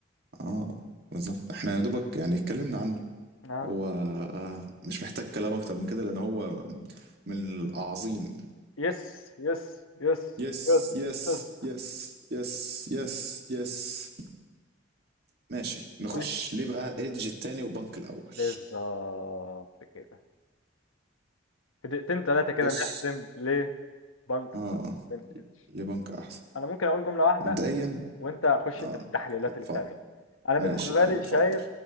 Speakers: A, on the right (about 50°); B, on the left (about 90°).
A: اه بالظبط احنا يا دوبك يعني اتكلمنا عن
B: اه
A: هو آه، مش محتاج كلام اكتر من كده لان هو من الاعظيم
B: يس يس يس
A: يس
B: يس
A: يس
B: يس
A: يس يس يس يس ماشي نخش
B: ماشي
A: ليه بقى ايدج التاني وبنك الاول
B: بالظبط كده في دقيقتين ثلاثه كده
A: بص
B: نحسم ليه بنك
A: اه
B: ام اتش
A: ليه بنك احسن
B: انا ممكن اقول جمله واحده
A: مبدئيا
B: وانت خش
A: اه
B: انت في التحليلات
A: اتفضل
B: التانية انا
A: ماشي
B: بالنسبه
A: يا عم
B: لي
A: اتفضل
B: شايف